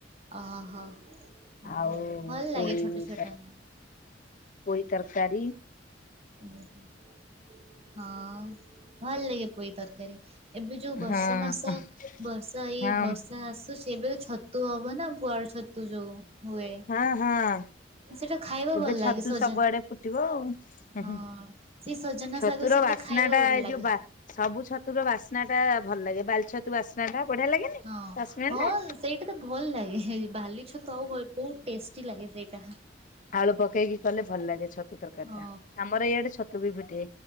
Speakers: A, on the right; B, on the left.
A: ଓହୋ ଓ
B: ଆଉ
A: ଭଲ ଲାଗେ
B: ପୋଇ
A: ଛୋଟ ଛୋଟ
B: ତର
A: ନା
B: ପୋଇ ତରକାରି।
A: ଉଁହୁଁ ହଁ ଭଲ୍ ଲାଗେ ପୋଇ ତରକାରି। ଏବେ ଯୋଉ ବର୍ଷ
B: ହଁ
A: ମାସ ବର୍ଷା ଏଇ
B: ହଁ
A: ବର୍ଷା ଆସୁଚି ଏବେ ଛତ୍ ତୁ ହବନା ପୁଆଳ ଛତୁ ଯୋଉ ହୁଏ।
B: ହଁ ହଁ।
A: ସେଇଟା ଖାଇବା
B: ଏବେ
A: ଭଲ
B: ଛତୁ
A: ଲାଗେ ସଜ
B: ସବୁଆଡେ ଫୁଟିବ ଆଉ ଉଁ
A: ହଁ
B: ହୁଁ
A: ସେଇ ସଜନା
B: ଛତୁର
A: ଶାଗ ସହିତ
B: ବା ସ୍ନାଟା
A: ଖାଇବା ଭଲ
B: ଏଇ
A: ଲାଗେ।
B: ଯୋଉ ବା ସବୁ ଛତୁର ବାସ୍ନାଟା ଭଲ୍ ଲାଗେ ବାଲ୍ ଛତୁ ବାସ୍ନାଟା ବଢିଆ ଲାଗେନି
A: ହଁ
B: ବାସ୍ନାଟା?
A: ହଁ ସେଇଟା ତ ଭଲ ଲାଗେ ହେ ବାଲି ଛତୁ ଆଉ କଏ ବହୁତ୍ ଟେଷ୍ଟି ଲାଗେ ସେଇଟା।
B: ଆଳୁ ପକେଇକି କଲେ ଭଲ ଲାଗେ ଛତୁ ତରକାରି
A: ହଁ
B: ଟା ଆମର ଏଇଆଡେ ଛତୁ ବି ଫିଟେ।